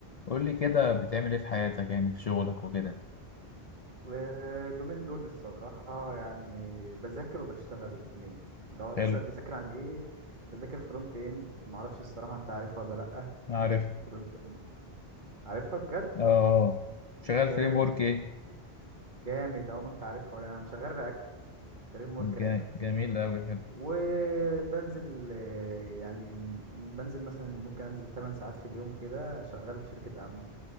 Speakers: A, on the left; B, on the right.
A: قول لي كده بتعمل ايه في حياتك يعني في شغلك وكده
B: آه، اليومين دول الصراحة يعني بذاكر وبشتغل الاتنين لو هتسأل
A: حلو
B: بذاكر عن ايه بذاكر فرونت اند معرفش الصراحة انت عارفها ولا لأ
A: عارف
B: فرونت اند عارفها بجد
A: اه شغال
B: جامد
A: فري بورك ايه
B: جامد اهو ما انت عارفها يعني شغال رياكت فريم ورك
A: جا-
B: رياكت
A: جميل قوي حلو
B: وبنزل آه، يعني بنزل مثلا ممكن انزل 8 ساعات في اليوم كده شغال في شركة امن